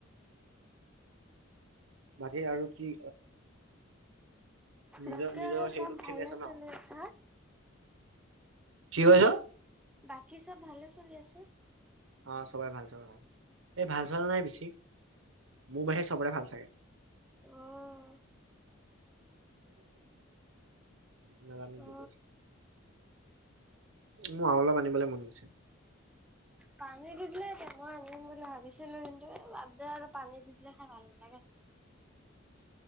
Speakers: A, on the right; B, in the centre.
A: বাকি আৰু কি নিজৰ
B: বাকি
A: নিজৰ
B: আৰু
A: হেৰিটোত
B: চব
A: খেলি
B: ভালে
A: আছ ন
B: চলি আছা?
A: কি কৈছ?
B: বাকী চব ভালে চলি আছে?
A: অ, চবাই ভাল, চবাই ভাল। এই ভাল চোৱা নাই বেছি মোৰ বাহিৰে চবৰে ভাল চাগে।
B: অহ,
A: নাজা নেকি
B: অ
A: কৈ আছো? মোৰ আৰু অলপ আনিবলে মন গৈছে।
B: পানী দি দিলে মই আনিম বুলি ভাবিছিলো কিন্তু বাদ দে আৰু পানী দি দিলে খাই ভাল নালাগে